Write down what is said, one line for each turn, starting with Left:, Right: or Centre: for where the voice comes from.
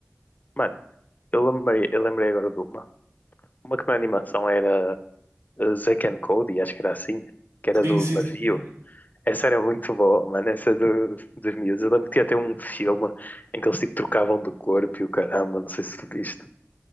Left: Mano, eu lembrei, eu lembrei agora de uma. Uma que na animação era uh, Zack and Cody, acho que era assim, que era
Right: Sim,
Left: do
Right: sim,
Left: navio.
Right: sim.
Left: Essa era muito boa, mano, essa do, dos miúdos. Eu lembro que tinha até um filme em que eles tipo trocavam de corpo e o caramba, não sei se tu viste.